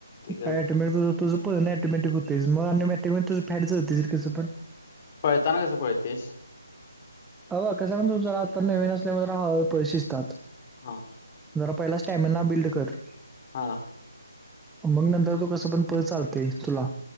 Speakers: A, on the left (about 25°); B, in the centre.
A: ते करतो
B: काय अटीमेट तुझ. पळणं ऑटोमॅटीक होतयच अनमॅटिक तुझ फॅट जळतय तस पण
A: पळताना कसं पळतयस.
B: हे बग कसं म्हण तुझ आता नवीनसल्यामुळे जरा हळूहळू पळ शिसतात.
A: हा
B: जरा पहिला स्टॅमिना बिंल्ड कर.
A: हा
B: मग नंतर तू कस पण पळ चालतय तुला